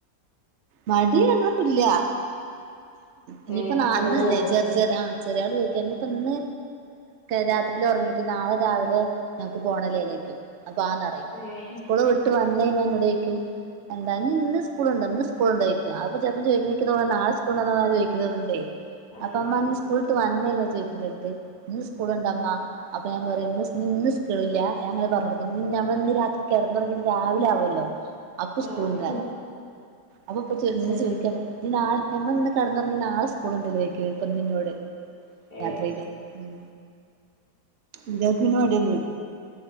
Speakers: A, on the right; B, on the left.
A: മടി ങ്ങപ്പല്ല ഇനിയിപ്പ
B: ഏഹ്
A: നന്ന്ന്നെ
B: പോവോ
A: ചെറ ചെറിയ ആ ചെറിയ ആള് ചോദിക്ക ഇനിയിപ്പ ഇന്ന് രാത്രിയി ഉറങ്ങിയിട്ട് നാളെ രാവിലെ നമക്ക് പോണലേ ഏതേക്കും അപ്പ ആന്നറയും
B: ഏഹ്
A: സ്കൂള് വിട്ട് വന്ന ഞാൻ ഇവിടെ വക്കും എന്താ ഇന്ന് സ്കൂളുണ്ട് ഇന്ന് സ്കൂളുണ്ടോിക്ക അപ്പൊ ചപ്പം ചോദിക്ക നാെ സ്കൂളുണ്ട ചോിക്കുന്നത്ണ്ടേ
B: ആഹ്
A: അപ്പംമ്മ സ്കൂൾ വന്നാ ചോദിക്ക അടുത്ത് ഇന്ന് സ്കൂൾുണ്ടമ്മ അപ്പൊ ഞാൻ പറന്ന് സ്കൂള ഞ പറഞ്ഞ കൊടുക്കും നമ്മള ഇന്ന് രാത്രി കിടന്ന തുറങ്ങി രാവിലെ ആുമല്ലോ അപ്പൊ സ്കൂളിറ
B: ആഹ്
A: അപ്പൊപ്പന്ന്
B: ആഹ്
A: ചോദിക്കാ പറാ നമ്മള ഇന്ന് കടന്നുറങ്ങുന്ന നാളെ സ്കൂളുണ്ടല്ലോക്ക്പ്പന്നിറോട്
B: ഏഹ്
A: രാത്രയില് ഉ ഇതന്പടല്ലേ